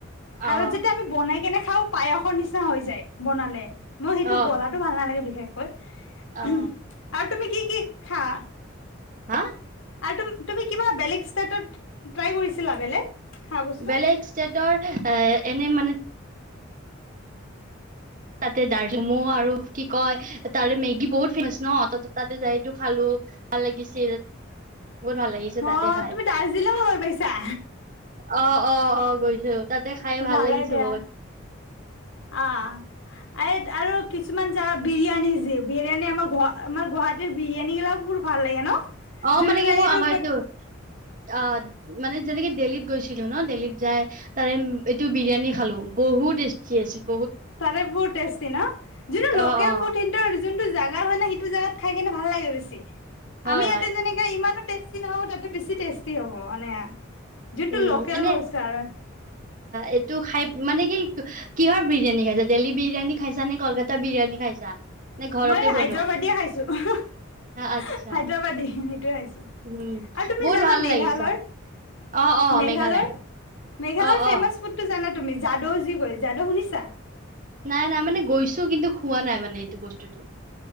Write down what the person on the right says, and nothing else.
অ
অ
অ
হা?
বেলেগ ষ্টেটৰ এ এনেই মানে তাতে দাৰ জুমু আৰু কি কয় তাৰে মেগী বহুত ফেমাচ ন ত তাতে যাইটো খালো ভাল লাগিছিল। বহুত ভাল লাগিছে তাতে
খাই
অ অ অ গৈছো তাতে খাই ভাল
লাগিছে
বহুত
অঁ
মানে কি মোৰ
আগৰতো অঁ মানে যেনেকে দিল্লীত গৈছিলো ন দেল্লীত যাই তাৰে এইটো বিৰিয়ানী খালো বহুত টেষ্টি ৰেপ
অ অ
হয়
হয়
উম
এনে
এইটো খাই মানে কি কিহৰ বিৰিয়ানী খাইছা দেল্লী বিৰিয়ানী খাইছা নে কলকাতা বিৰিয়ানী খাইছা নে ঘৰতে
বনোৱা
আচ্ছা
উম
বহুত
ভাল
লাগে চোৱাত অ অ
মেঘালয়
অ
অ
নাই নাই মানে গৈছো কিন্তু খোৱা নাই মানে এইটো বস্তুটো